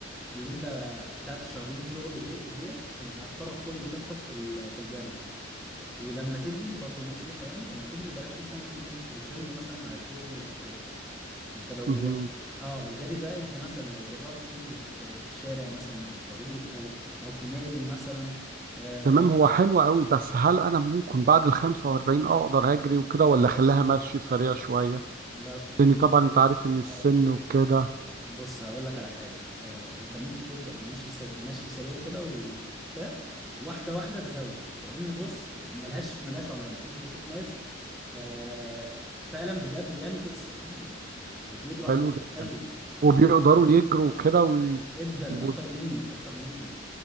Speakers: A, in the centre; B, on the right (about 45°).
A: اللي انت بتاعت شهرين شغل دي ديت انت هتفرغ كل طاقتك في ال- في الجري ولما تجري برضو نصيحة يعني لما تجري بلاش مثلا تجري في الجيم مثلا على تريدميل او كده انت لو
B: مهم.
A: اه الجري ده انت مثلا لو جربت تجري في في الشارع مثلا او في طريق او او في نادي مثلا آه،
B: تمام هو حلو قوي بس هل انا ممكن بعد ال 45 اقدر اجري وكده ولا
A: طب
B: اخليها مشي سريع شويه
A: لا
B: لان
A: بص
B: طبعا انت عارف ان السن
A: هقول لك
B: وكده
A: بص هقول لك على حاجه آه انت ممكن تبدا بمشي سريع مشي سريع كده وبتاع واحده واحده تزود لان بص ملهاش ملهاش عمر انا كنت بشوف ناس آه فعلا بجد يعني فوق الستين وبيجروا
B: حلو
A: على التريدميل
B: جدا وبيقدروا
A: بشوف
B: يجروا كده وي...
A: جدا
B: و...
A: اكتر مني اكتر مني